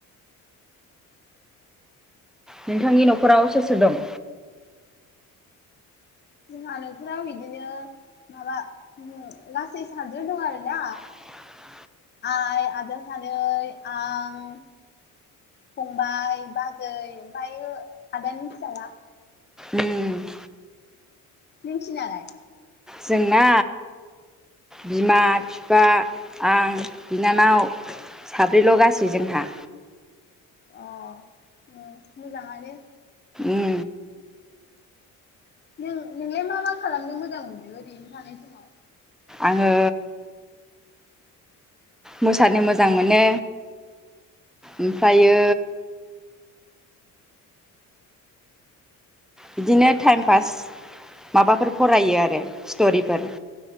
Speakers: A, in the centre; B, on the left (about 30°).
A: नोंथांनि न'खराव सोर सोर दं??
B: जोंहा न'खराव बिदिनो माबा ओ गासै सादजन दं आरोना।
A: <inaudible>
B: आइ आदा सानै आं। फंबाय बाजै ओमफायो आदानि फिसाला।
A: उम
B: नोंसिनालाय?
A: जोंना बिमा फिफा आं बिनानाव। साब्रैल' गासै जोंहा।
B: अ उम मोजाङानो।
A: उम
B: नों नोंलाय मा मा खालामनो मोजां मोनो ओरैनो थानाय समाव?
A: आङो मोसानो मोजां मोनो ओमफ्रायो बिदिनो टाइम पास माबाफोर फरायो आरो स्ट'रिफोर।